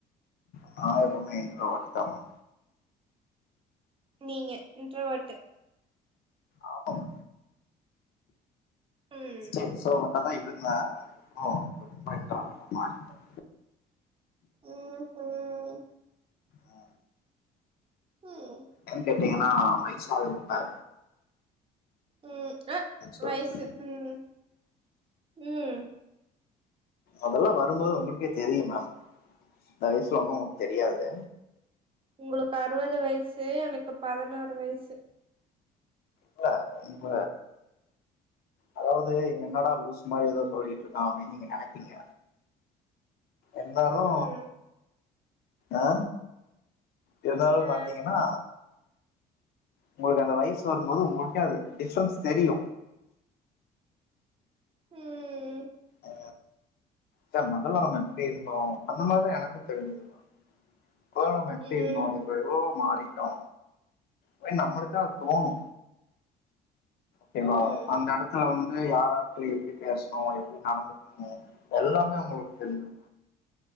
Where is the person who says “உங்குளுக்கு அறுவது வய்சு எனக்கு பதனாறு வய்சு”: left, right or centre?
Right